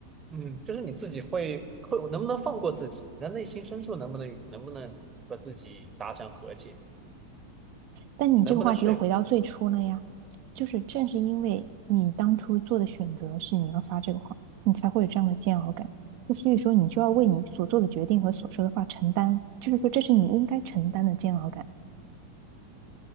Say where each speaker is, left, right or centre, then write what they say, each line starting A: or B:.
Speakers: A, on the right; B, on the right.
A: 嗯，就是你自己会会能不能放过自己？那内心深处能不能能不能和自己达成和解？
B: 但你这个话题又回到最初了呀，
A: 能不能说服？
B: 就是正是因为你当初做的选择是你要撒这个谎，你才会有这样的煎熬感。那所以说，你就要为你所做的决定和所说的话承担，就是说这是你应该承担的煎熬感。